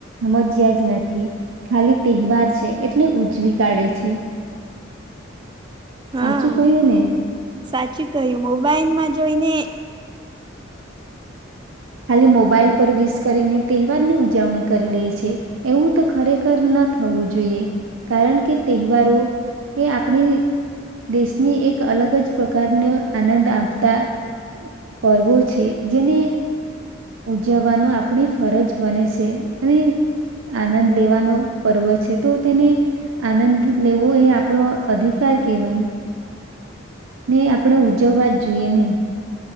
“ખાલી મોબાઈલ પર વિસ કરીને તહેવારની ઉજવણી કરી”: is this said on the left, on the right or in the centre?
Right